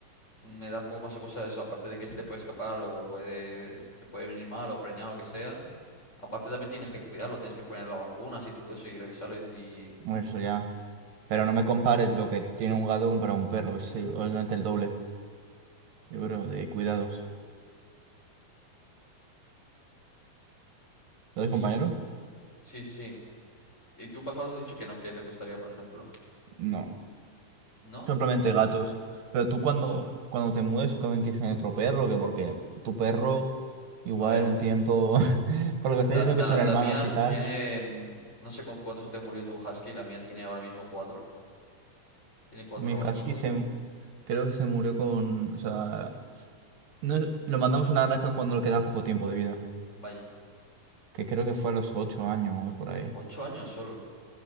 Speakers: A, on the left; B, on the right.
A: Me da un poco más de cosa eso, aparte de que se te puede escapar o puede... te puede venir mal o preñar o lo que sea. Aparte también tienes que cuidarlo, tienes que poner las vacunas y todo eso y revisarlo y...
B: Eso ya. Pero no me compares lo que tiene un gato para un perro, es eh, obviamente el doble, yo creo, de cuidados. ¿Lo ves,
A: y...
B: compañero?
A: y- Sí, sí, sí. Y tú, pájaros, has dicho que no, que te gustaría, por ejemplo.
B: No.
A: ¿No?
B: Simplemente gatos. Pero tú cuando,
A: Sol-
B: cuando te mudes, tú también quieres tener otro perro, que porque tu perro, igual
A: A ver,
B: en un tiempo, <laughs> por lo
A: la,
B: que estás diciendo
A: la,
B: que son
A: la
B: hermanos
A: mía
B: y tal,
A: tiene. No sé con cuánto se te murió tu husky, la mía tiene ahora mismo cuatro. Tiene cuatro
B: mi
A: añitos.
B: husky se, creo que se murió con, o sea, no es- lo mandamos a una granja cuando le queda poco tiempo de vida,
A: Vaya,
B: que creo que fue a los 8 años por ahí.
A: ocho años solo.